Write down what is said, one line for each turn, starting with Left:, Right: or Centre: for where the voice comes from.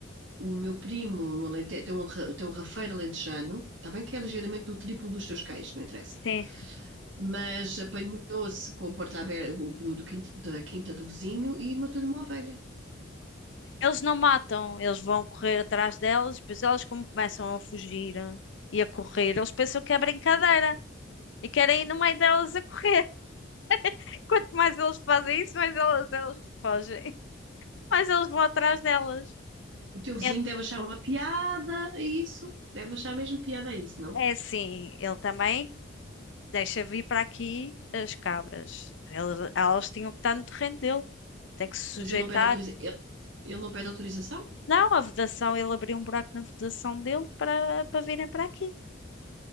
Right: o meu primo no Alentejo tem um, ra- tem um rafeiro alentejano. Está bem que é ligeiramente o triplo dos teus cães, não interessa.
Left: Sim.
Right: mas apanhou-se com a porta aberta do, do quinto- da quinta do vizinho e matou-lhe uma ovelha.
Left: Eles não matam, eles vão correr atrás delas, depois elas como começam a fugir eh, e a correr, eles pensam que é brincadeira e querem ir no meio delas a correr. <laughs> Quanto mais eles fazem isso, mais elas, elas fogem, mais eles vão atrás delas.
Right: O teu vizinho
Left: É,
Right: deve achar uma piada a isso, deve achar mesmo piada a isso, não?
Left: é assim, ele também deixa vir para aqui as cabras. Ele- elas tinham que estar no terreno dele, tem que se sujeitar.
Right: Mas ele não pede autorização, ele, ele não pede autorização,
Left: Não, a vedação, ele abriu um buraco na vedação dele para, para virem para aqui.